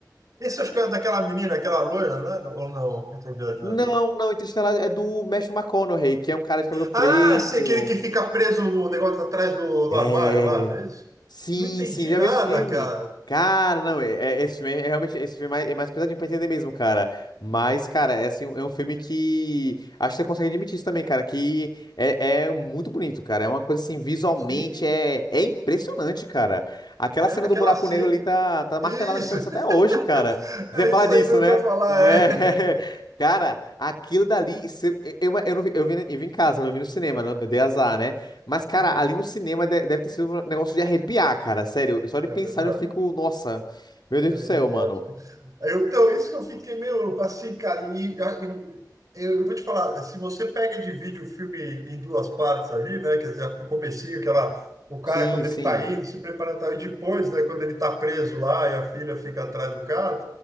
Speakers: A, on the right; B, on the left.
A: Esse acho que é daquela menina, aquela loira, né? Não- Ou não? Eu tô viajando.
B: Não, não, Interestelar é do Matthew McConaughey, que é um cara de cabelo preto.
A: Ah, se aquele que fica preso no negócio atrás do, do
B: É.
A: armário lá, não é isso?
B: Sim,
A: Não entendi
B: sim, já
A: nada,
B: vi esse filme.
A: cara.
B: Cara, não, é, é- esse filme é é realmente esse filme é mais, é mais pesadinho pra entender mesmo, cara. Mas, cara, é, assim, é um filme que acho que você consegue admitir isso também, cara, que é, é muito bonito, cara. É uma coisa assim, visualmente
A: Sim,
B: é, é impressionante, cara. Aquela
A: né?
B: cena
A: Aquela
B: do buraco
A: cena.
B: negro ali tá, tá martelada
A: Isso,
B: na minha cabeça
A: <laughs>
B: até hoje, cara.
A: é
B: Você falar
A: isso
B: disso,
A: aí mesmo
B: né?
A: que eu ia falar,
B: É.
A: é.
B: <laughs> Cara, aquilo dali, se- eu, eu, eu, não vi- eu, vi, eu vi em casa, não vi no cinema, não- eu dei azar, né? Mas, cara,
A: Hum,
B: ali no cinema de- deve ter sido um negócio de arrepiar, cara. Sério, só de
A: É
B: pensar
A: verdade.
B: eu fico, nossa, meu Deus
A: É
B: do
A: verdade,
B: céu, mano.
A: cara. Eu, então, isso que eu fiquei meio assim, cara. E a- eu, eu, eu vou te falar, se você pega e divide o filme em duas partes ali, né? Quer dizer, o comecinho, que ela, o cara,
B: Sim,
A: quando ele
B: sim.
A: tá indo, se preparando, tá, e depois, né, quando ele tá preso lá e a filha fica atrás do cara,